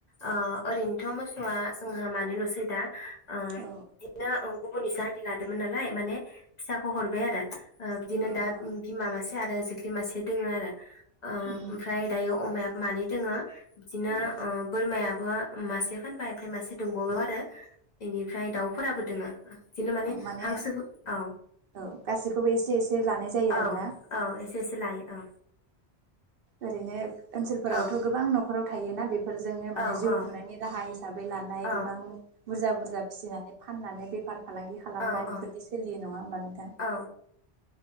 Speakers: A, on the left; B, on the right.
A: अ ओरैनोथ मोसौआ जोंहा मानैलसै दा ओ
B: औ
A: बिदिनो उम गुबुननिसो आदि लाद मोन नालाय माने फिसाखौ हरबाय आरो ओ बिदिनो
B: औ
A: दा बिमा मासे आरो जोख्लि मासे दोङो आरो ओ
B: उम
A: ओमफ्राय दायो अमायाबो मानै दोङो बिदिनो
B: औ
A: ओ बोरमाया बो मासे फानबाय ओमफाय मासे दोंबावो आरो इनिफ्राय दाउफोराबो दोङो। बिदिनो
B: ओ माने
A: हांसो औ
B: औ गासैखौबो एसे एसे लानाय जायो
A: औ
B: आरोना
A: औ एसे एसे लायो
B: ओरैनो <unintelligible> ओनसोलफोरावथ'
A: औ
B: गोबां नख न'खराव थायोना बे फोरजोंनो माने
A: औ
B: जिउ
A: औ
B: खुंनायनि राहा हिसाबै लानाय
A: औ
B: गोबां बुरजा बुरजा फिसिनानै फाननानै बेफार फालांगि खालामनाय
A: औ औ
B: बेफोरदि सोलियो नङा होमबा नोंथां?
A: औ